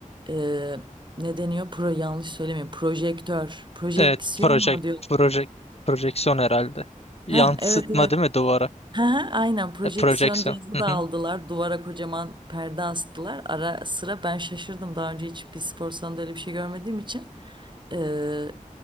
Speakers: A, on the right; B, on the left.
A: Ee, ne deniyor? Pro yanlış söylemeyeyim. Projektör. Projeksiyon
B: Evet. Project,
A: mu diyor?
B: project, projeksiyon herhalde. Yansıtma
A: Heh, evet evet.
B: değil mi duvara?
A: Hı hı, Aynen projeksiyon
B: E, projeksiyon.
A: cihazı
B: Hı
A: da
B: hı,
A: aldılar. Duvara kocaman perde astılar. Ara sıra ben şaşırdım. Daha önce hiç bir spor salonunda öyle bir şey görmediğim için eee,